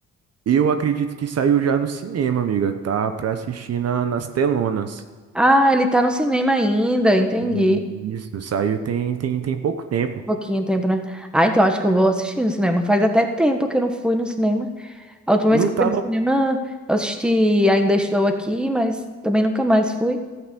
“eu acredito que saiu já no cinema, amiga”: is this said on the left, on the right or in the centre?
Right